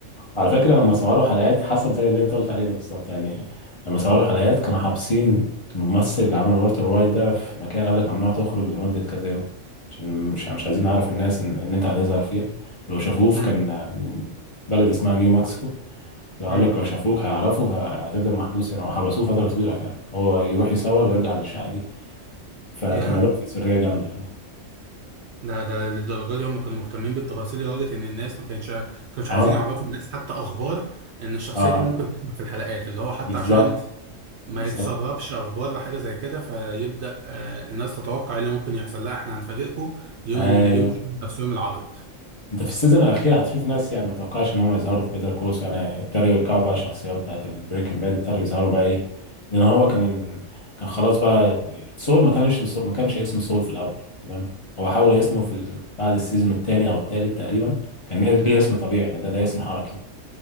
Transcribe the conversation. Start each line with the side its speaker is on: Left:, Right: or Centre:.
Left: على فكرة لما صوروا حلقات حصل زي اللي انت قلت عليه ده بالظبط يعني لما صوروا حلقات كانوا حابسين الممثل اللي عمل والتر وايت ده في مكان قال لك ممنوع تخرج لمدة كذا يوم عشان مش مش عايزين نعرف الناس ان, ان انت هتظهر فيها ولو شافوه في
Right: امم
Left: كان بلد اسمها نيو مكسيكو لو قال
Right: امم
Left: لك لو شافوك هيعرفوا فهتفضل محبوس هنا وحبسوه فترة طويلة فعلا هو يروح يصور ويرجع للشقة دي فكان
Right: يا
Left: الموضوع فيه سرية جامدة يعني
Right: ده ده للدرجه دي هم كانوا مهتمين بالتفاصيل لدرجه ان الناس ما كانتش ما كانوش
Left: اه
Right: عايزين يعرفوا الناس حتى اخبار ان الشخصيه
Left: اه
Right: دي ممكن تطلع في الحلقات اللي هو حتى
Left: بالظبط
Right: عشان ما
Left: بالظبط
Right: يتسربش اخبار حاجه زي كده فيبدا آه، الناس تتوقع إيه اللي ممكن يحصل لا احنا هنفاجئكم يوم
Left: ايوه
Right: ال... يوم نفس يوم العرض
Left: انت في السيزون الاخير هتشوف ناس يعني ما توقعش ان هم يظهروا في بيتر كول يعني ابتدوا يرجعوا بقى الشخصيات بتاعت البريكنج باد ابتدوا يظهروا بقى ايه لان هو كان كان خلاص بقى سول ما كانش سول ما كانش اسمه سول في الاول تمام هو حاول اسمه في ال- بعد السيزون الثاني او الثالث تقريبا كان ليه
Right: امم
Left: اسم طبيعي يعني ده ده اسم حركي